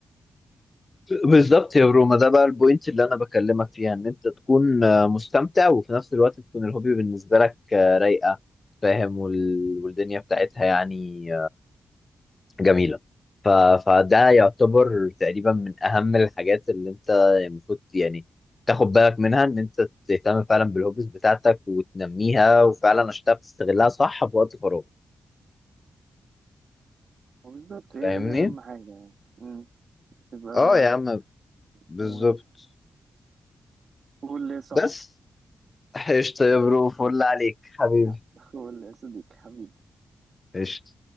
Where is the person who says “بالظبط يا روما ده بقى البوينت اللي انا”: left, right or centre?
Left